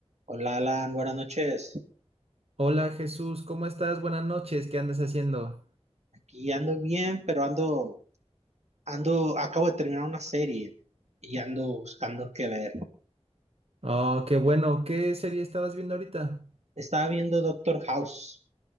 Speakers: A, on the right; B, on the right.
A: Hola Alan, buenas noches.
B: Hola Jesús, ¿cómo estás? Buenas noches, ¿qué andas haciendo?
A: Aquí ando bien, pero ando, ando, acabo de terminar una serie y ando buscando qué ver.
B: Oh, qué bueno, ¿qué serie estabas viendo ahorita?
A: Estaba viendo Doctor House.